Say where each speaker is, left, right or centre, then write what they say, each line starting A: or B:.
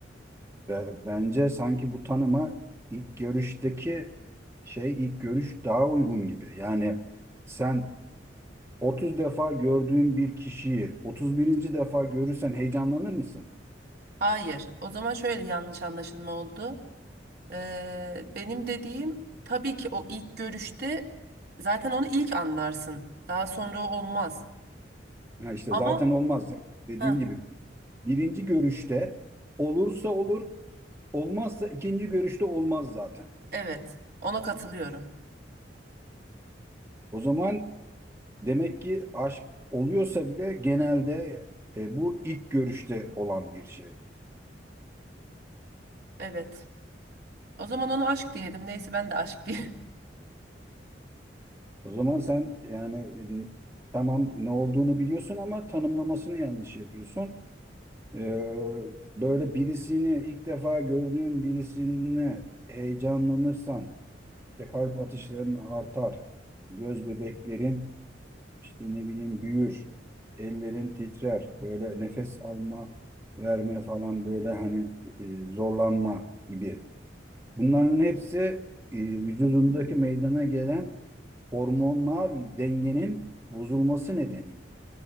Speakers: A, on the right; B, on the right.
A: Be- Bence sanki bu tanıma ilk görüşteki şey ilk görüş daha uygun gibi. Yani sen 30 defa gördüğün bir kişiyi 31. defa görürsen heyecanlanır mısın?
B: Hayır. O zaman şöyle yanlış anlaşılma oldu. Ee, benim dediğim tabii ki o ilk görüşte zaten onu ilk anlarsın. Daha sonra olmaz.
A: Ha işte
B: Ama
A: zaten olmaz yani dediğin
B: ha
A: gibi. Birinci görüşte olursa olur, olmazsa ikinci görüşte olmaz zaten.
B: evet ona katılıyorum.
A: O zaman demek ki aşk oluyorsa bile genelde e, bu ilk görüşte olan bir şey.
B: Evet. O zaman onu aşk diyelim. Neyse ben de aşk diye. <laughs>
A: O zaman sen yani e, tamam ne olduğunu biliyorsun ama tanımlamasını yanlış yapıyorsun. Ee, böyle birisini ilk defa gördüğün birisine heyecanlanırsan işte kalp atışların artar, göz bebeklerin işte ne bileyim büyür, ellerin titrer, böyle nefes alma, verme falan böyle hani e, zorlanma gibi Bunların hepsi e, vücudundaki meydana gelen hormonal dengenin bozulması nedeniyle.